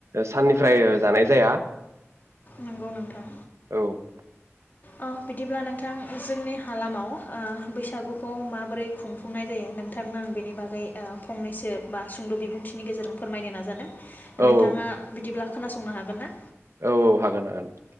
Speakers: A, on the right; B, on the left.
A: साननिफ्राय जानाय जाया
B: नंगौ नोंथां
A: औ
B: अ बिदिब्ला नोंथां जोंनि हालामाव ओ बैसागुखौ माबोरै खुंफुंनाय जायो नोंथांनो आं बेनि बागै फंनैसो बा सुंद' बिबुंथिनि गेजेरजों फोरमायनो नाजादों
A: औ औ
B: नोंथाङा बिदिब्ला खोनासंनो हागोन ना?
A: औ -औ हागोन हागोन